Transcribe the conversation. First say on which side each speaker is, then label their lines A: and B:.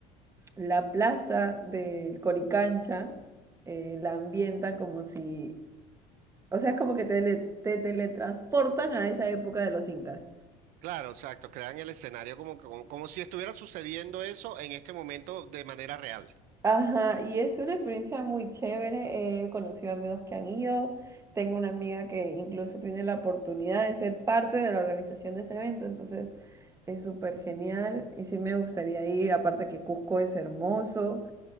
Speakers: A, on the right (about 20°); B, on the right (about 60°).
A: la plaza del Coricancha eh, la ambientan como si, o sea, es como que te, le- te teletransportan a esa época de los incas.
B: claro, exacto. Crean el escenario como, que- como, como si estuviera sucediendo eso en este momento de manera real.
A: Ajá, y es una experiencia muy chévere. He conocido amigos que han ido. Tengo una amiga que incluso tiene la oportunidad de ser parte de la organización de ese evento, entonces es súper genial y sí me gustaría ir. Aparte que Cusco es hermoso,